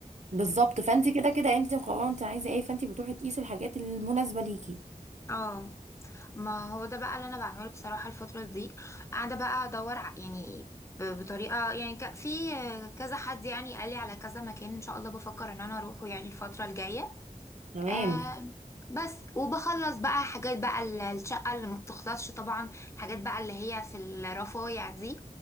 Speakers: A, on the right (about 55°); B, on the left (about 20°).
A: بالظبط فانت كده كده انت مقرره انت عايزه ايه فانت بتروحي تقيسي الحاجات المناسبه ليكي
B: اه ما هو ده بقى اللي انا بعمله بصراحه الفتره دي قاعده بقى ادور ع- يعني ب- بطريقه يعني ك- في كذا حد يعني قال لي على كذا مكان ان شاء الله بفكر ان انا اروحه يعني الفتره الجايه
A: تمام
B: آه بس وبخلص بقى حاجات بقى ال- الشقه اللي ما بتخلصش طبعا الحاجات بقى اللي هي في الرفايع دي